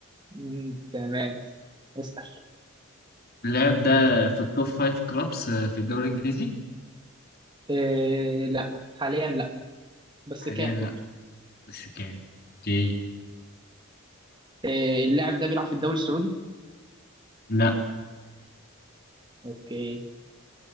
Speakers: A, on the right; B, on the left.
A: مم، تمام اسأل
B: اللاعب ده في التوب فايف كلابس آه، في الدوري الإنجليزي
A: آه لا حاليا لا بس
B: حاليا
A: كان
B: لأ
A: برضه
B: بس كان اوكي
A: آه، اللاعب ده بيلعب في الدوري السعودي
B: لأ
A: اوكي